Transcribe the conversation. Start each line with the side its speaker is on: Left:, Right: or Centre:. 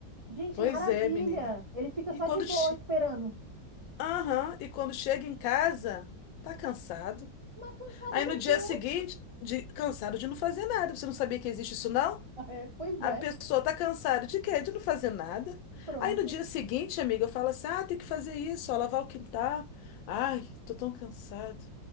Right: Gente,
Left: Pois
Right: maravilha.
Left: é, menina.
Right: Ele fica
Left: E
Right: só
Left: quando,
Right: de boa
Left: che-
Right: esperando.
Left: Aham, e quando chega em casa, tá cansado.
Right: Mas cansado
Left: Aí
Right: do
Left: no dia
Right: quê?
Left: seguinte,
Right: <laughs>
Left: de- cansado de não fazer nada. Você não sabia que existe isso, não?
Right: É, pois
Left: A
Right: é,
Left: pessoa tá cansada de quê? De não fazer nada.
Right: pronto.
Left: Aí no dia seguinte, amiga, eu falo assim: ah, tem que fazer isso, ó, lavar o quintal. Ai, tô tão cansado.